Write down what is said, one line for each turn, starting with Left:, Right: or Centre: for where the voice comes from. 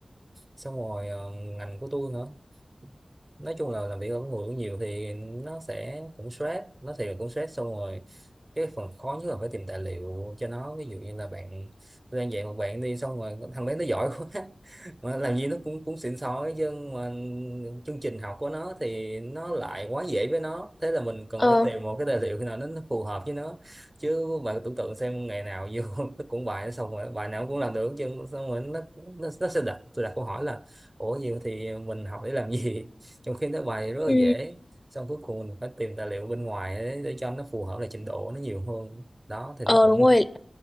Right: xong rồi ờ, ngành của tôi hả nói chung là làm việc ở người cũng nhiều thì nó sẽ cũng stress nó thì cũng stress xong rồi cái phần khó nhất là phải tìm tài liệu cho nó ví dụ như là bạn tôi đang dạy một bạn đi xong rồi thằng bé nó giỏi <laughs> quá mà làm gì nó cũng cũng xịn sói chứ mà chương trình học của nó thì nó lại quá dễ với nó thế là mình cần
Left: Ờ,
Right: phải tìm một cái tài liệu nào nó, nó phù hợp với nó chứ bạn tưởng tượng xem ngày nào vô <laughs> nó cũng bài xong rồi bài nào cũng làm được chứ xong rồi nó nó, nó sẽ đặt tôi đặt câu hỏi là ủa gì thì mình học để làm gì trong khi nó bài rất là
Left: ừ.
Right: dễ xong cuối cùng mình phải tìm tài liệu bên ngoài để, để cho nó phù hợp lại trình độ nó nhiều hơn đó thì
Left: Ờ
Right: nó cũng
Left: đúng rồi.